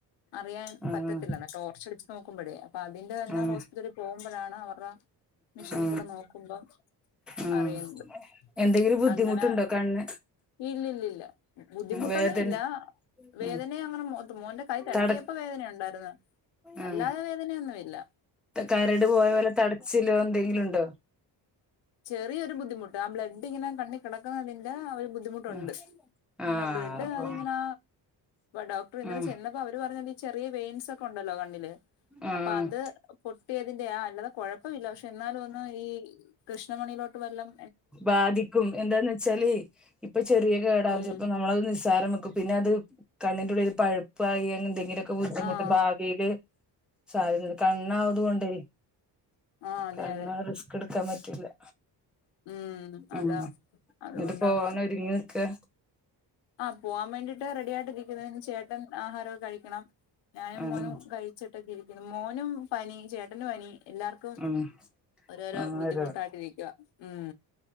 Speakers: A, on the left; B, in the centre.
A: അറിയാൻ
B: ആഹ്
A: പറ്റത്തില്ലാ ടോർച്ച് അടി നോക്കുമ്പോഴേ അപ്പൊ അതിന്റെ തന്നെ
B: ആഹ്
A: ഹോസ്പിറ്റലിൽ പോകുമ്പോഴാണ് അവർ ടെമിഷനിൽ
B: ആഹ്
A: കൂടെ നോക്കുമ്പോം
B: ആഹ്
A: അറിയുന്നത്
B: എന്തെങ്കിലും ബുദ്ധിമുട്ടുണ്ടോ
A: അങ്ങനെ
B: കണ്ണ്
A: ഇല്ലല്ലല്ല ബുദ്ധിമുട്ടൊന്നുമില്ല
B: വേദന
A: വേദന
B: ആഹ്
A: അങ്ങനെോ മോന്റെ കൈ തട്ടിയപ്പോ
B: തട
A: വേദനയ ഉണ്ടായിരുന്നു
B: ആഹ്
A: അല്ലാതെ വേദനയെന്ന് ഇല്ല
B: കരട് പോയ പോലെ തടച്ചിലോ എന്തെങ്കിലുംണ്ടോ
A: ചെറിയൊരു ബുദ്ധിമുട്ട് ആ ബ്ലഡ് ഇങ്ങനെ കണ്ണിൽ കടക്കുന്നതിന്റെ ഒരു ബുദ്ധിമുട്ടുണ്ട്
B: ആഹ്
A: ഇങ്ങനെ
B: ആഹ്
A: ബ്ലഡ്
B: അപ്പൊ
A: അതിങ്ങനെ ഡോക്ടർ ഇന്നലെ
B: ആഹ്
A: ചെന്നപ്പോ അവര് പറഞ്ഞത് ചെറിയ വെയിൻസ് ഒക്കെ ഉണ്ടല്ലോ കണ്ണില്
B: ആഹ്
A: അപ്പൊ അത് പൊട്ടിയതിന്റെ ആ അല്ലാതെ കൊഴപ്പ ഇില്ല പക്ഷെ എന്നാലും ഒന്ന് ഈ കൃഷ്ണമണിയിലോട്ട് വെള്ളം
B: ബാധിക്കും എന്താന്ന് വെച്ചാല് ഇപ്പൊ ചെറിയൊ കേടാവകും
A: ഉം
B: ചിലപ്പോ നമ്മളത് നിസ്സാരം വെക്കും പിന്നെ അത് കണ്ണിന്റെ ഉളളിൽ പഴുപ്പായി അങ്ങനെ ന്തെങ്കിലും ബുദ്ധിമുട്ട്
A: ആഹ്
B: ഭാവിയില് സാദ്യദകൾ കണ്ണ് അവത്കൊണ്ട്
A: ആഹ് അതെ
B: കണ്ണ്റിസ്ക്
A: അതെ
B: ഇടു ക്കാൻ പറ്റുലാ
A: ഉം
B: ഉം
A: അതാ അതുകൊണ്ടങ്ങ്
B: എന്നിട്ട് പോവാനൊങ്ങി നിക്കാ
A: ആ പോവാൻ വേണ്ടിയിട്ട് റെഡിയയിട്ടിരിക്കുന്നതിന് ചേ ചോട്ടൻ ആഹാരക്കെ കഴിക്കണം ഞാനും
B: ആഹ്
A: മോനും കഴിച്ചിട്ടൊകെ ഇരിക്കാ പിന്നെ മോനുംപനി ചേട്ടനുംപനി എല്ലാവർക്കും
B: ആഹ്
A: ഓരോരോ
B: ആഹ്
A: ബുദ്ധിമുട്ടായിട്ടിരി
B: ഒരു
A: കാ ഉം